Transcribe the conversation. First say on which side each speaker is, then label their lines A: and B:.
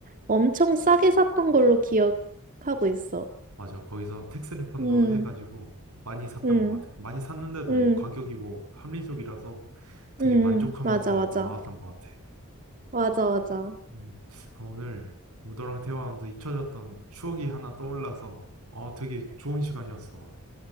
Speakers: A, on the right; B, on the right.
A: 엄청 싸게 샀던 걸로 기억하고 있어.
B: 맞아. 거기서 택스 리펀드
A: 응,
B: 해가지고 많이 샀던
A: 응,
B: 것 같아. 많이 샀는데도
A: 응,
B: 뭐 가격이 뭐 합리적이라서 되게
A: 응,
B: 만족하면서
A: 응, 맞아, 맞아.
B: 나왔던 것 같아.
A: 맞아, 맞아.
B: 음, 아, 오늘 우도랑 대화하면서 잊혀졌던 추억이 하나 떠올라서 어, 되게 좋은 시간이었어.